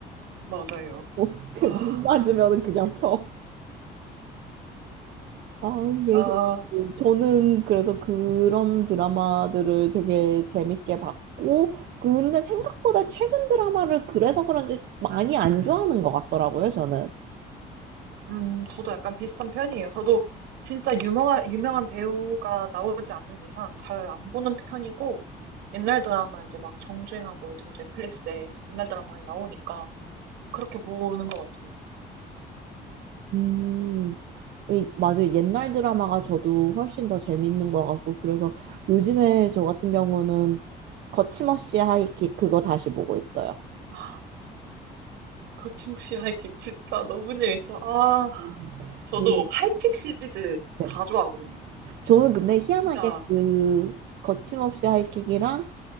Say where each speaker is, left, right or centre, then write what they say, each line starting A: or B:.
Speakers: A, on the right (about 85°); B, on the right (about 70°).
A: 맞아요.
B: 어, 그,
A: 아,
B: 눈 맞으면 그냥 펴. 아, 그래서
A: 아,
B: 그- 저는 그래서 그런 드라마들을 되게 재밌게 봤고, 근데 생각보다 최근 드라마를 그래서 그런지 많이 안 좋아하는 것 같더라고요, 저는.
A: 음, 저도 약간 비슷한 편이에요. 저도 진짜 유명한, 유명한 배우가 나오지 않는 이상 잘 안 보는 편이고, 옛날 드라마 이제 막 정주행하고 요즘 넷플릭스에 옛날 드라마 많이 나오니까 그렇게 보는 것 같아요.
B: 음, 이- 맞아요. 옛날 드라마가 저도 훨씬 더 재밌는 것 같고, 그래서 요즘에 저 같은 경우는 거침없이 하이킥 그거 다시 보고 있어요.
A: 아, 거침없이 하이킥 진짜 너무 재밌죠. 아,
B: 음,
A: 저도
B: 그,
A: 하이킥 시리즈
B: 네.
A: 다 좋아하거든요.
B: 저는 근데 희한하게
A: 진짜
B: 그 거침없이 하이킥이랑